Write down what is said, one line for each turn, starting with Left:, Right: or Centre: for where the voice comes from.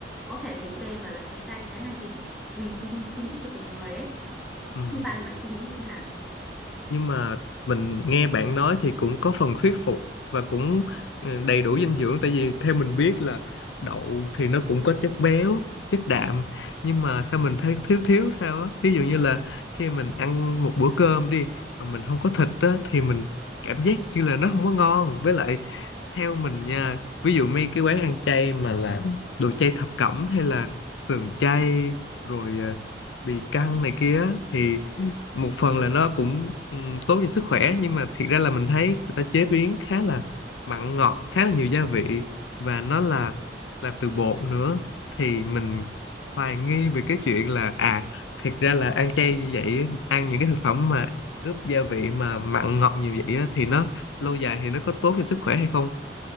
Centre: có thể liệt kê và là thuần chay cái này thì tùy sinh suy nghĩ của từng người ấy
Left: ừ
Centre: như bạn mà suy nghĩ như thế nào?
Left: nhưng mà mình nghe bạn nói thì cũng có phần thuyết phục và cũng ừ, đầy đủ dinh dưỡng tại vì theo mình biết là đậu thì nó cũng có chất béo chất đạm nhưng mà sao mình thấy thiếu thiếu sao á ví dụ như là khi mình ăn một bữa cơm đi mà mình không có thịt á thì mình cảm giác như là nó không có ngon với lại theo mình nha ví dụ mấy cái quán ăn chay mà là đồ chay thập cẩm hay là sườn chay rồi ờ, bì căng này kia á, thì một phần là nó cũng ừm, tốt cho sức khỏe nhưng mà thiệt ra là mình thấy người ta chế biến khá là mặn ngọt khá là nhiều gia vị và nó là làm từ bột nữa thì mình hoài nghi về cái chuyện là à thiệt ra là ăn chay như vậy ăn những cái thực phẩm mà ướp gia vị mà mặn ngọt nhiều vậy á, thì nó lâu dài thì nó có tốt cho sức khỏe hay không